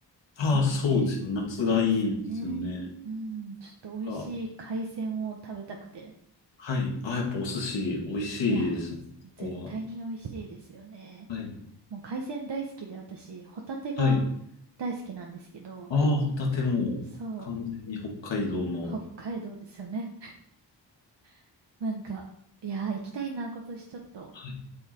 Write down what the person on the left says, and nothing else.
ああ、
そうですね。夏がいいですよね。
がはい。ああ、やっぱお寿司美味しいですね。
ここは。はい。
はい。
ああ、ホタテも完全に北海道の、
はい